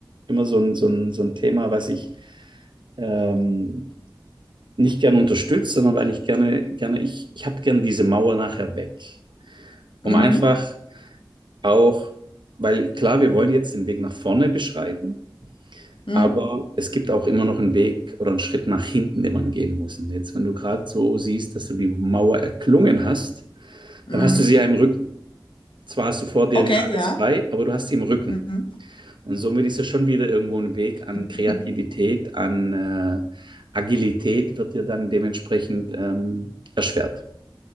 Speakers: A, on the right; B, on the left.
A: immer so ein, so ein, so ein Thema, was ich ähm, nicht gern unterstütze, sondern weil ich gerne, gerne, ich, ich habe gern diese Mauer nachher weg. Um
B: Mhm.
A: einfach auch, weil klar, wir wollen jetzt den Weg nach vorne beschreiten,
B: Mhm.
A: aber es gibt auch immer noch einen Weg oder einen Schritt nach hinten, den man gehen muss. Und jetzt, wenn du gerade so siehst, dass du die Mauer erklungen hast,
B: Mhm.
A: dann hast du sie ja im Rücken. Zwar hast du vor dir
B: Okay,
A: wieder alles
B: ja.
A: frei, aber du hast sie im Rücken.
B: Mhm.
A: Und somit ist ja schon wieder irgendwo ein Weg an
B: <laughs>
A: Kreativität, an äh, Agilität wird dir dann dementsprechend ähm, erschwert.